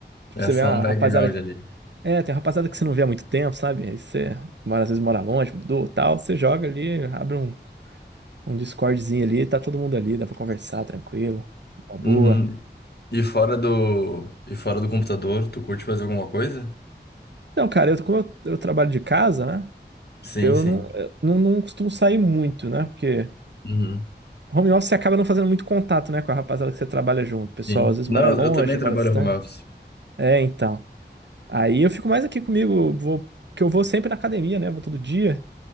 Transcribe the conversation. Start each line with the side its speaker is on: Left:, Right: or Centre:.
Right: Tipo,
Left: É
Right: você
Left: só
Right: vê uma
Left: um background
Right: rapaziada.
Left: ali.
Right: É, tem uma rapaziada que você não vê há muito tempo, sabe? Aí você, mora- às vezes mora longe, mudou e tal. Você joga ali, abre um, um Discordzinho ali, tá todo mundo ali, dá pra conversar tranquilo, uma boa.
Left: Uhum. E fora do, e fora do computador, tu curte fazer alguma coisa?
Right: Então, cara, eu, como eu, eu trabalho de casa, né?
Left: Sim,
Right: Eu
Left: sim.
Right: não, eu não, não costumo sair muito, né? Porque
Left: Uhum.
Right: home office você acaba não fazendo muito contato, né, com a rapaziada que você trabalha junto. O pessoal
Left: Sim.
Right: às vezes
Left: Não,
Right: mora longe,
Left: eu eu também trabalho
Right: mora distante.
Left: home office.
Right: É, então. Aí eu fico mais aqui comigo, vou, que eu vou sempre na academia, né? Vou todo dia.